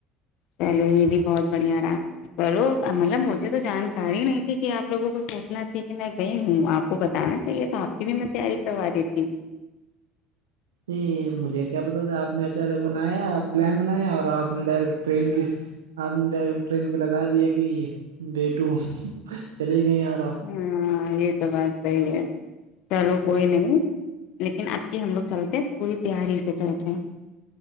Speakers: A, on the left (about 60°); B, on the right (about 80°).
A: چلو یے بھی بہت بڑھیا رہا پرو مطلب مجھے تو جانکاری نہیں تھی کی آپ لوگوں کو سوچنا تھی کی میں گئی ہوں آپ کو بتانے تو یے آپ کی بھی میں تیاری کروا دیتی
B: یہی مجھے کیا بتا تھا آپ نے اچانک بنایا پلان بنایا اور آپ نے ڈائریکٹ ٹرین کی آپ نے ڈائرک ٹرین کا لگا دیا کی بیٹو چلے گئے یار آپ
A: ہاں یے تو بات صحیح ہے چلو
B: ہاں
A: کوئی نہیں لیکن اب کے ہم لوگ چلتے پوری تیاری سے چلتے ہیں